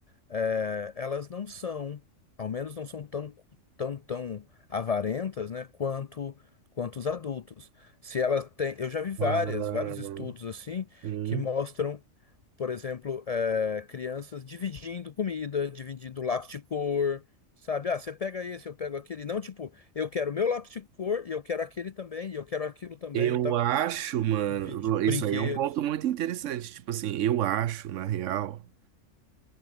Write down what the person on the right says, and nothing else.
ah,
Hum.
Eu
acho, mano,
isso
aí é um ponto muito interessante. Tipo assim, eu acho, na real,